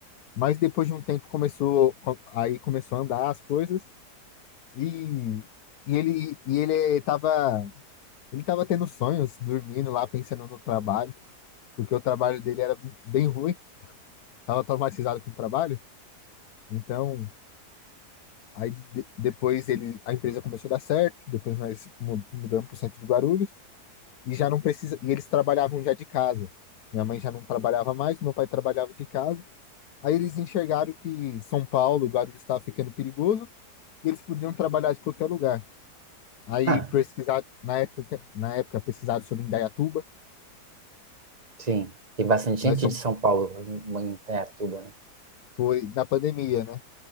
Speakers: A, on the left; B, on the right.
A: mas depois de um tempo começou aí começou a andar as coisas e, e ele e ele tava ele tava tendo sonhos, dormindo lá pensando no trabalho, porque o trabalho dele era bem ruim, tava traumatizado com o trabalho, então Aí de- depois ele, a empresa começou a dar certo, depois nós mu- mudamos para o centro de Guarulhos, e já não precisa. E eles trabalhavam já de casa. Minha mãe já não trabalhava mais, meu pai trabalhava de casa. Aí eles enxergaram que São Paulo, o Guarulhos estava ficando perigoso e eles podiam trabalhar de qualquer lugar. Aí
B: Ah,
A: pesquisado na época, na época pesquisado sobre Indaiatuba,
B: sim. Tem bastante gente
A: nós somos,
B: de São Paulo em em Indaiatuba, né?
A: foi na pandemia, né?